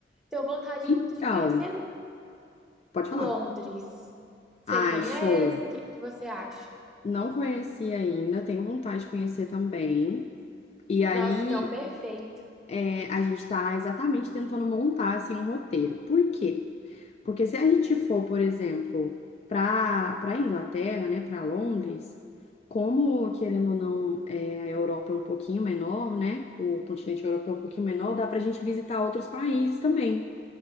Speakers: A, in the centre; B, on the left.
A: Tenho vontade
B: Então,
A: muito de conhecer
B: pode falar.
A: Londres. Você
B: Ai,
A: conhece?
B: show.
A: O que é que você acha?
B: Não conheci ainda, tenho vontade de conhecer também. E aí,
A: Nossa, então perfeito.
B: é, a gente está exatamente tentando montar assim um roteiro. Por quê? Porque se a gente for, por exemplo, para para Inglaterra, né, para Londres, como querendo ou não, é, a Europa é um pouquinho menor, né? O continente europeu é um pouquinho menor, dá para a gente visitar outros países também.